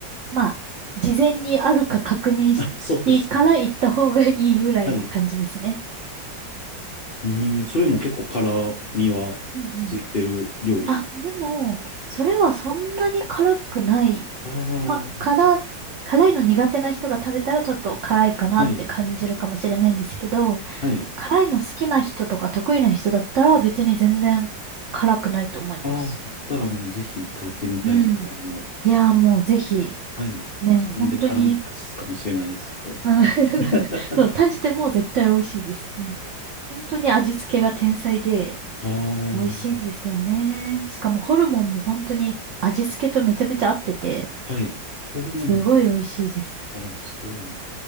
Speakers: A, on the right (about 80°); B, on the left (about 55°).
A: まあ、事前にあるか確認してから行った方がいいぐらいの感じですね。
B: あそうです。はい。うーん、それも結構辛みはついてる料理。
A: うんうん。あ、でも、それはそんなに辛くない。
B: ああ、
A: まあ、
B: は
A: 辛、辛いの苦手な人が食べたらちょっと辛いかなって感じるかもしれないんですけど、
B: い、はい。
A: 辛いの好きな人とか得意な人だったら別に全然辛くないと思います。
B: ああ、だったらもうぜひ食べてみたいぐらいの、
A: うん。いやーもうぜひ、
B: はい。
A: ね、
B: 自分で辛み足すかもしれないですけど。
A: 本当にうん
B: <laughs>
A: <laughs> そう、足しても絶対美味しいです。うん、本当に味付けが天才で
B: ああ、
A: 美味しいんですよね。しかもホルモンも本当に味付けとめちゃめちゃ合ってて、
B: はい。ホルモンが、
A: すごい美味しいです。
B: ああ、すごいな。